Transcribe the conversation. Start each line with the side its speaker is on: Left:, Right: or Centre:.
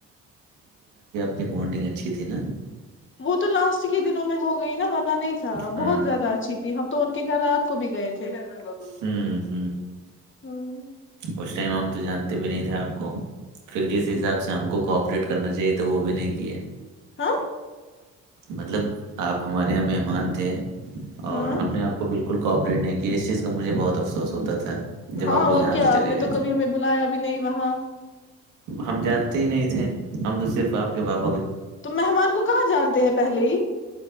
Right: ر بانڈنگ اچھی تھی نا
Left: وت للاس کے دنوں میں ہو گئی نا ورنہ نہیں
Right: ہاں
Left: بہت زیاد اچھی تھی ہم تو ان کے گھر رات کو بھی گئے تھے شی
Right: ہوں ہوں
Left: ل ہ
Right: اس ٹائم ہم تو جانتے بھی نہیں تھا آپ کو پھر جس حساب سے ہم کو کوپریٹ کرنا چاہیے تھا وہ بھی نہیں کیے
Left: ہاں
Right: مطلب آپ ہمارے یہاں مہمان کہ اور
Left: ہاں
Right: ہم نے آپ کو بالکل کوپریٹ نہیں کہ اس چیز کا مجھے بہت افسوس ہوتا تھا جب
Left: ہاں
Right: آپ لوگ
Left: اور
Right: یہاں
Left: کیا
Right: سے چلے
Left: آپ نے
Right: گئے
Left: تو کبھی
Right: تھے
Left: ہمیں بلایا بھی نہیں وہاں
Right: ہم جانتے ہی نہیں تھے ہم تو صرف آپ کے باپ
Left: تو مہمان کو کہاں جانتے ہیں پہلے ہی